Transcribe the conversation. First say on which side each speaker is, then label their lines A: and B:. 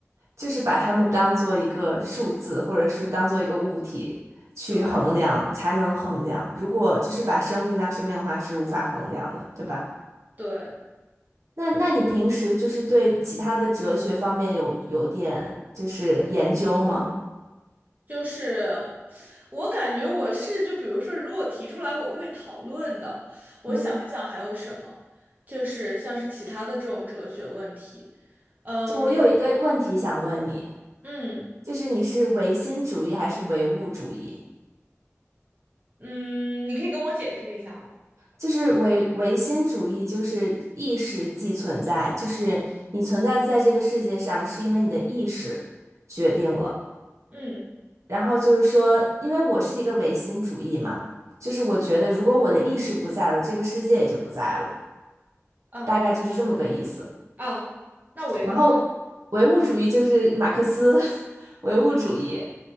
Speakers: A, on the right (about 80°); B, on the right (about 35°).
A: 就是把它们当做一个数字，或者是当做一个物体去衡量，
B: <laughs> 对
A: 才能衡量。如果就是把生命当生命的话，是无法衡量的，对吧？
B: 对。
A: 那那你平时就是对其他的哲学方面有有点就是研究吗？
B: 就是我感觉我是就比如说，如果我提出来，我会讨论的。我想一想还有什么，
A: 嗯，
B: 就是像是其他的这种哲学问题。嗯
A: 就我有一个问题想问你，
B: 嗯
A: 就是你是唯心主义还是唯物主义？
B: 嗯，你可以跟我解释一下吗？
A: 就是唯唯心主义，就是意识即存在，就是你存在在这个世界上，是因为你的意识决定了。
B: 嗯
A: 然后就是说，因为我是一个唯心主义嘛，就是我觉得如果我的意识不在了，这个世界也就不在了，
B: 嗯
A: 大概就是这么个意思。
B: 嗯，那唯物呢？
A: 然后唯物主义就是马克思 <laughs> 唯物主义，